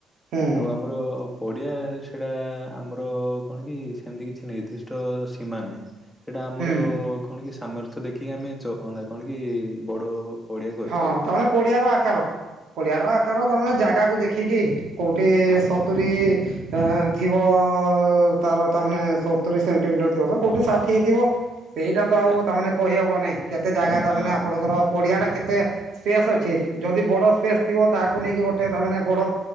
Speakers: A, on the right (about 75°); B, in the centre.
A: ହୁଁ
B: ଆମର ଆଉ ପଡିଆ ସେଇଟା ଆମର କଣ କି ସେମିତି କିଛି ନିର୍ଦ୍ଦିଷ୍ଟ ସୀମା ନାହିଁ। ସେଇଟା ଆମର
A: ହୁଁ
B: କଣ କି ସାମର୍ଥ୍ୟ ଦେଖିକି ଆମେ ଚଅନା କଣ କି ବଡ଼ ପଡ଼ିଆ କରିଥାଉ
A: ହଁ ତାମାନେ ପଡିଆର ଆକାର ପଡିଆର ଆକାର ତମାନେ ଜାଗାକୁ ଦେଖିକି କୋଉଠି
B: ହଁ
A: ସ ତୁରୀ ଆଁ ଥିବ ତାର ତା ମାନେ ସତୁରୀ ସେନ୍ଟିମିଟର। ଥିବ କୋଉଠି ଷାଠିଏ ଥିବ। ସେଇଟା ତ ଆଉ
B: ଆ
A: ତାମାନେ କହିହବ ନାହିଁ କେତେ ଜାଗା ତାମାନେ
B: ହଁ
A: ଆପଣଙ୍କର ପଡିଆ ଟା କେ ତେ ସ୍ପେସ୍ ଅଛି ଯଦି ବଡ଼ ସ୍ପେସ୍ ଥିବ ତାହାକୁ ନେଇକି ଗୋଟେ ତା ମାନେ ବଡ଼